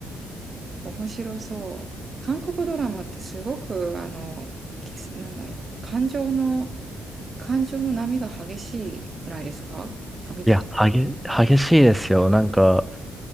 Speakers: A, on the right; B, in the centre.
A: 面白そう。韓国ドラマってすごく、あの、きなんだろう、感情の、感情の波が激しいくらいですかが見てて。
B: いや、激、激しいですよ。なんか、